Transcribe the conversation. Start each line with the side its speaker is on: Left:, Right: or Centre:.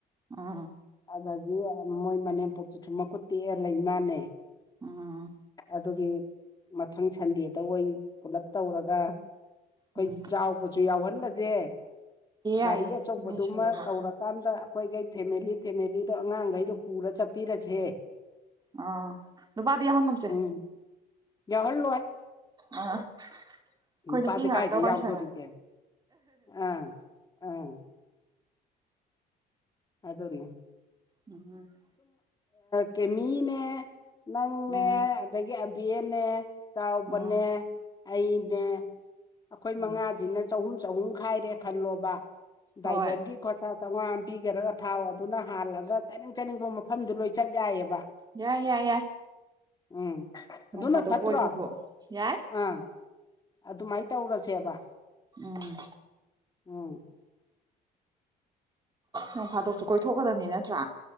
Right: ꯑꯣ
Left: ꯑꯗꯒꯤ ꯃꯣꯏ ꯃꯅꯦꯝꯄꯣꯛꯇꯨꯁꯨ ꯃꯈꯨꯠ ꯇꯦꯛꯑꯦ ꯂꯩ ꯃꯥꯟꯅꯦ
Right: ꯑꯥ
Left: ꯑꯗꯨꯒꯤ ꯃꯊꯪ ꯁꯟꯗꯦꯗ ꯑꯩ ꯄꯨꯂꯞ ꯇꯧꯔꯒ ꯑꯩꯈꯣꯏ
Right: ꯎꯝ
Left: ꯆꯥꯎꯕ ꯌꯥꯎꯍꯜꯂꯒꯦ
Right: ꯌꯥꯏꯌꯦ
Left: ꯒꯥꯔꯤꯒ ꯑꯆꯧꯕꯗꯨꯃ
Right: ꯃꯤ ꯁꯨꯅꯕ
Left: ꯇꯧꯔꯀꯥꯟꯗ ꯑꯩꯈꯣꯏꯈꯩ ꯐꯦꯃꯤꯂꯤ ꯐꯦꯃꯤꯂꯤꯗꯣ ꯑꯉꯥꯡꯒꯩꯗꯣ ꯄꯨꯔ ꯆꯠꯄꯤꯔꯖꯦ
Right: ꯑꯥ ꯅꯨꯄꯥꯗꯤ ꯌꯥꯎꯍꯟꯒꯨꯝꯁꯦ
Left: ꯎꯝ ꯌꯥꯎꯍꯜꯂꯣꯢ
Right: ꯑꯥ ꯑꯩꯈꯣꯏ
Left: ꯅꯨꯄꯥꯗꯤ
Right: ꯅꯨꯄꯤ ꯉꯥꯛꯇ
Left: ꯀꯥꯏꯗꯒꯩ
Right: ꯋꯥꯏ
Left: ꯌꯥꯎꯗꯣꯔꯤꯒꯦ
Right: ꯁꯪꯉꯦ
Left: ꯑꯥ ꯑꯥ ꯑꯗꯨꯅꯤ
Right: ꯎꯝ
Left: ꯀꯦꯃꯤꯅꯦ ꯅꯪꯅꯦ
Right: ꯎꯝ
Left: ꯑꯗꯒꯤ ꯑꯕꯤꯅꯦ ꯆꯥꯎꯕꯅꯦ
Right: ꯎꯝ
Left: ꯑꯩꯅꯦ ꯑꯩꯈꯣꯏ ꯃꯉꯥꯖꯤꯅ
Right: ꯎꯝ
Left: ꯆꯍꯨꯝ ꯆꯍꯨꯝ ꯈꯥꯏꯔꯦ ꯈꯜꯂꯣꯕ ꯗ꯭ꯔꯥꯏꯚꯔꯒꯤ
Right: ꯍꯣꯏ
Left: ꯈꯣꯔꯁꯥ ꯆꯧꯉꯥ ꯑꯝ ꯄꯤꯒꯔꯒ ꯊꯥꯎ ꯑꯗꯨꯅ ꯍꯥꯜꯂꯒ ꯆꯠꯅꯤꯡ ꯆꯠꯅꯤꯡꯕ ꯃꯐꯝꯗꯨ ꯂꯣꯏ ꯆꯠ ꯌꯥꯏꯑꯕ
Right: ꯌꯥꯏ ꯌꯥꯏ ꯌꯥꯏ
Left: ꯎꯝ
Right: ꯅꯣꯡ
Left: ꯑꯗꯨꯅ
Right: ꯐꯥꯗꯣꯛ
Left: ꯐꯠꯇ꯭ꯔꯣ
Right: ꯀꯣꯏꯕꯕꯨ ꯌꯥꯏ
Left: ꯑꯥ ꯑꯗꯨꯃꯥꯏꯅ ꯇꯧꯔꯁꯦꯕ
Right: ꯎꯝ
Left: ꯎꯝ
Right: ꯅꯣꯡ ꯐꯥꯗꯣꯛꯁꯨ ꯀꯣꯏꯊꯣꯛꯀꯗꯕꯅꯤ ꯅꯠꯇ꯭ꯔꯥ